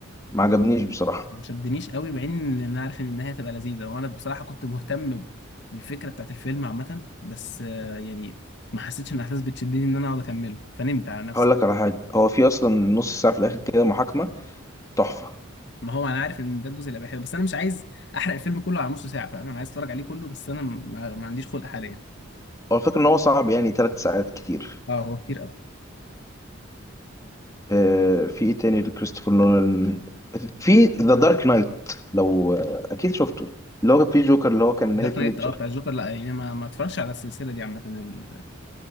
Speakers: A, on the left (about 15°); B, on the left (about 55°).
A: ما عجبنيش بصراحه
B: ما شدنيش قوي مع ان انا عارف ان النهايه هتبقى لذيذه وانا بصراحه كنت مهتم ب- بالفكره بتاعت الفيلم عامه بس آه، يعني ما حسيتش ان الاحداث بتشدني ان انا اقعد اكمله فنمت على نفسي
A: هقول لك على حاجه هو في اصلا نص ساعه في الاخر كده محاكمه تحفه
B: ما هو انا عارف ان ده الجزء اللي بحبه بس انا مش عايز احرق الفيلم كله على نص ساعه فاهم انا عايز اتفرج عليه كله بس انا ما ما عنديش خلق حاليا
A: هو الفكره ان هو صعب يعني ثلاث ساعات كتير
B: اه هو كتير
A: آه في ايه تاني لكريستوفر نولان في ذا دارك نايت لو آه اكيد شفته اللي هو كان فيه جوكر اللي هو كان
B: دارك
A: هيث
B: نايت
A: ليدجر
B: اه بتاع الجوكر لا يعني ما ما اتفرجش على السلسله دي عامه ال-